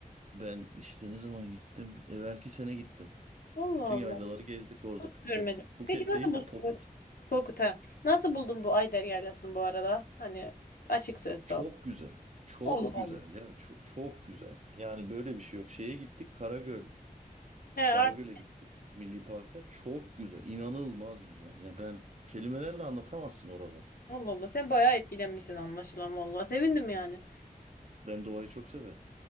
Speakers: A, on the right; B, on the left.
A: ben işte ne zaman gittim? Evvelki sene gittim.
B: Allah
A: Bütün
B: Allah
A: yaylaları gezdik orada
B: nasıl
A: Phuket.
B: görmedim.
A: Phuket
B: Peki nasıl
A: değil
B: buldun?
A: de Pokut.
B: bu- Korkut ha. Nasıl buldun bu Ayder Yaylası'nı bu arada? Hani açık sözlü
A: Çok
B: ol.
A: güzel. Çok
B: Allah Allah.
A: güzel ya. Çok, çok güzel. Yani böyle bir şey yok. Şeye gittik Karagöl.
B: He
A: Karagöl'e
B: artık
A: gittik. Milli Park'a. Çok güzel. inanılmaz güzel. Ya ben kelimelerle anlatamazsın oraları.
B: Allah Allah sen bayağı etkilenmişsin anlaşılan valla. Sevindim yani.
A: Ben doğayı çok severim.